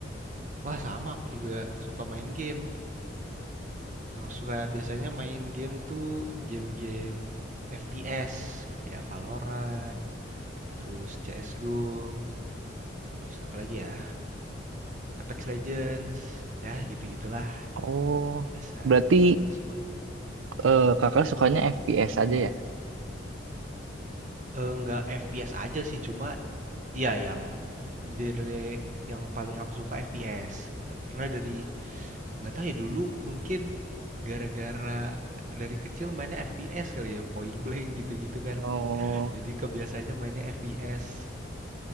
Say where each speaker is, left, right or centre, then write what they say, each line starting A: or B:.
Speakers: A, on the right; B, on the right.
A: Wah, sama aku juga suka main game. Aku suka biasanya main game tuh game-game FPS kayak Valorant, terus CS:GO, terus apa lagi ya? Apex Legends, ya gitu-gitulah.
B: Oh,
A: Biasa
B: berarti
A: semua.
B: eh, kakak sukanya FPS aja ya?
A: Eh, nggak FPS aja sih, cuma iya yang genre yang paling aku suka FPS gitu. Karena dari nggak tahu ya dulu mungkin gara-gara dari kecil mainnya FPS kali ya point blank gitu-gitu kan
B: Oh,
A: jadi kebiasaannya mainnya FPS